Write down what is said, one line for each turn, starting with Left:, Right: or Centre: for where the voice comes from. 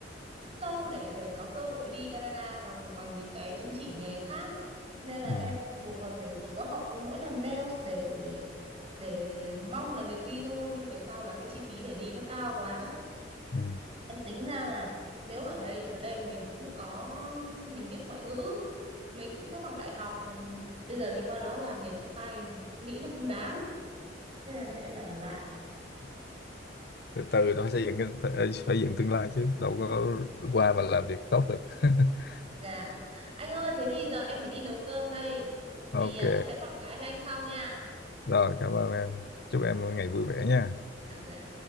Right: sâu để để có cơ hội đi Canada bằng bằng những cái chứng chỉ nghề khác nên là em
Left: Ừ.
Right: buộc là phải chỉ có học mỗi làm nails để để mong là được đi thôi nhưng về sau là cái chi phí để đi nó cao quá
Left: Ừ.
Right: em tính ra là nếu ở đây ở đây mình cũng có mình biết ngoại ngữ mình cũng có bằng đại học mình bây giờ đi qua đó làm nghề chân tay nghĩ nó không đáng Thế là em lại ở lại.
Left: từ từ nó phải xây dựng cái- phải, phải dựng tương lai chứ đâu có qua mà làm việc tốt được <laughs>
Right: Dạ. Anh ơi, thế thì giờ em phải đi nấu cơm đây.
Left: ok
Right: Thì à, em sẽ gọi lại cho anh sau nha.
Left: rồi cảm ơn em chúc em một ngày vui vẻ nha
Right: Dạ, dạ.